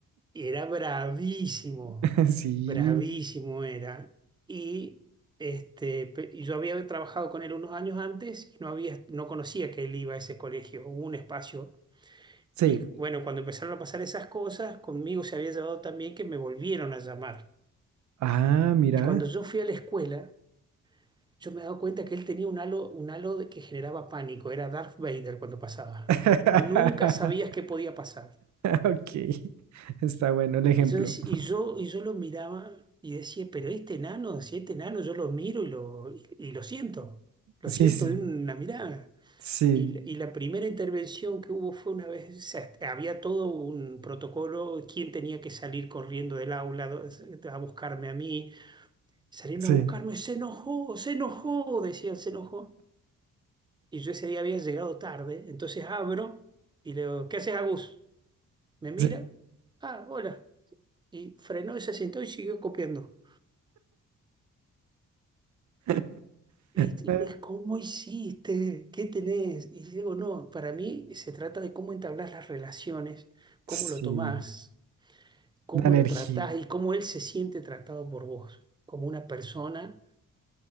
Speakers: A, on the right; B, on the right.
A: Y era bravísimo,
B: <laughs> Sí.
A: bravísimo era. Y, este, pe- y yo había trabajado con él unos años antes y no había, no conocía que él iba a ese colegio, hubo un espacio.
B: Sí.
A: Y bueno, cuando empezaron a pasar esas cosas, conmigo se había llevado también que me volvieron a llamar.
B: Ah, mira.
A: Y cuando yo fui a la escuela, Yo me he dado cuenta que él tenía un halo, un halo de que generaba pánico. Era Darth Vader cuando pasaba.
B: <laughs>
A: Nunca sabías qué podía pasar.
B: Ok. Está bueno el ejemplo.
A: Y yo, dec- y yo, y yo lo miraba y decía, pero este enano, si este enano yo lo miro y lo, y, y lo siento. Lo
B: Sí,
A: siento
B: sí.
A: de una mirada.
B: Sí.
A: Y, la- y la primera intervención que hubo fue una vez, o sea, había todo un protocolo, quién tenía que salir corriendo del aula do- a buscarme a mí. Salieron
B: Sí.
A: a buscarme, se enojó, se enojó, decían, se enojó. Y yo ese día había llegado tarde, entonces abro y le digo, ¿qué haces, Agus? Me mira,
B: Sí.
A: ah, hola. Y frenó y se sentó y siguió copiando.
B: <laughs>
A: Y,
B: Eh,
A: y me dijo, ¿cómo hiciste? ¿Qué tenés? Y digo, no, para mí se trata de cómo entablas las relaciones, cómo
B: sí,
A: lo tomás, cómo
B: la energía.
A: lo tratás y cómo él se siente tratado por vos, como una persona